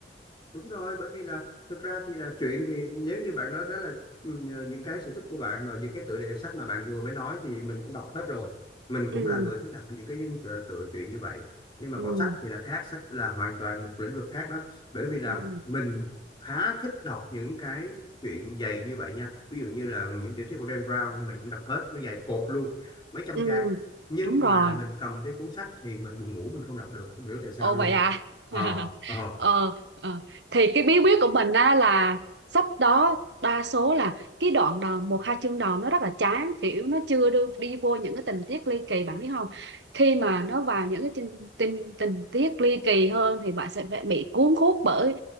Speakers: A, on the left; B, on the right.
A: đúng rồi bởi vì là thực ra thì là chuyện thì nếu như bạn nói đó là ừ, những cái sở thích của bạn mà những cái tựa đề sách mà bạn vừa mới nói thì mình cũng đọc hết rồi mình
B: ừ
A: cũng là người thích đọc những cái tựa, tựa chuyện như vậy nhưng mà
B: ừ
A: còn sách thì là khác sách là hoàn toàn một lĩnh vực khác đó bởi vì là
B: ừ
A: mình khá thích đọc những cái chuyện dày như vậy nha ví dụ như là những tiểu thuyết của Dan Brown thì mình cũng đọc hết nó dày cột luôn mấy trăm
B: ừ
A: trang
B: ừ,
A: nhưng
B: đúng rồi
A: mà mình cầm cái cuốn sách thì mình buồn ngủ mình không đọc được không hiểu tại sao
B: Ồ
A: luôn
B: vậy à?
A: ờ
B: <laughs>
A: ờ
B: ờ, ờ. Thì cái bí quyết của mình á là sách đó đa số là cái đoạn đầu một hai chương đầu nó rất là chán kiểu nó chưa đưa đi vô những cái tình tiết ly kỳ bạn biết không? Khi mà nó vào những cái tình tình, tình tiết ly kỳ hơn thì bạn sẽ phải bị cuốn hút bởi